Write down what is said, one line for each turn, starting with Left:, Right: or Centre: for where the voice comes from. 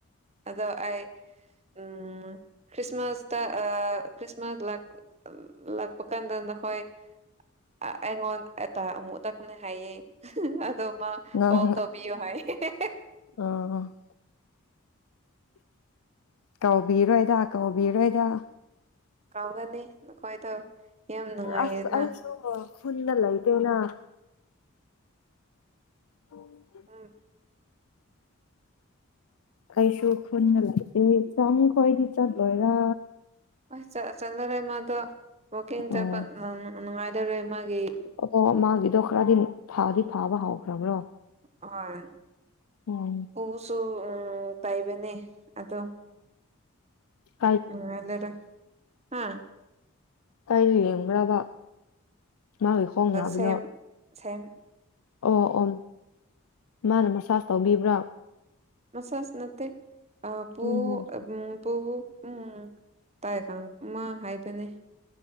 Right: ꯑꯗꯣ ꯑꯩ ꯎꯝ ꯈ꯭ꯔꯤꯁꯃꯥꯁꯇ ꯑꯥ ꯈ꯭ꯔꯤꯁꯃꯥꯁ ꯂꯥꯛ ꯎꯝ ꯂꯥꯛꯄ ꯀꯥꯟꯗ ꯅꯈꯣꯏ ꯑꯥ ꯑꯩꯉꯣꯟ ꯑꯇꯥ ꯑꯃꯨꯛ ꯇꯛꯅꯦ ꯍꯥꯏꯌꯦ <unintelligible> ꯑꯗꯣ ꯃꯥ
Left: ꯅꯪ
Right: ꯑꯣ ꯇꯧꯕꯤꯌꯨ ꯍꯥꯏ ꯍꯦꯍꯦꯍꯦ
Left: <unintelligible> ꯇꯧꯕꯤꯔꯣꯏꯗ ꯀꯥꯎꯕꯤꯔꯣꯏꯗ
Right: ꯀꯥꯎꯒꯅꯤ ꯅꯈꯣꯏꯗꯣ ꯌꯥꯝ ꯅꯨꯡꯉꯥꯏꯌꯦꯅ
Left: ꯑꯁ ꯑꯩꯁꯨꯀꫭ ꯈꯨꯨꯟꯗ ꯂꯩꯇꯦꯅ <inaudible>
Right: ꯎꯝ
Left: ꯑꯩꯁꯨ ꯈꯨꯟꯗ ꯂꯩꯇꯦ ꯆꯟ ꯈꯣꯏꯗꯤ ꯆꯠꯂꯣꯏꯔ
Right: ꯑꯁ ꯆꯥ ꯆꯠꯂꯔꯣꯏ ꯃꯥꯗꯣ ꯋꯥꯀꯤꯡ
Left: ꯑꯣ
Right: ꯆꯠꯄ ꯅꯪ ꯅꯨꯡꯉꯥꯏꯗꯧꯔꯦ ꯃꯥꯒꯤ
Left: ꯑꯗ ꯃꯥꯒꯤꯗꯣ ꯈꯔꯗꯤ ꯐꯥꯗꯤ ꯐꯥꯕ ꯍꯧꯈ꯭ꯔꯕ꯭ꯔꯣ
Right: ꯍꯣꯏ
Left: ꯎꯝ
Right: ꯄꯨꯁꯨ ꯎꯝ ꯇꯩꯕꯅꯦ ꯑꯗꯣ
Left: ꯎꯝ
Right: ꯅꯨꯉꯜꯂꯦꯗꯥ ꯍꯥꯥ
Left: ꯀꯥꯏꯗ ꯌꯦꯡꯕ꯭ꯔꯕ ꯃꯥꯒꯤ ꯈꯣꯡ ꯅꯥꯕꯗꯣ
Right: ꯁꯦꯝ ꯁꯦꯝ
Left: ꯑꯣ ꯑꯣ ꯃꯥꯅ ꯃꯁꯥꯁ ꯇꯧꯕꯤꯕ꯭ꯔꯥ
Right: ꯃꯁꯥꯥꯁ ꯅꯠꯇꯦ ꯑꯥꯄꯨ
Left: ꯎꯝ
Right: ꯑꯕꯨꯡꯄꯨ ꯎꯝ ꯇꯥꯏ ꯀꯥꯡꯂꯨꯞ ꯑꯃ ꯍꯥꯏꯕꯅꯦ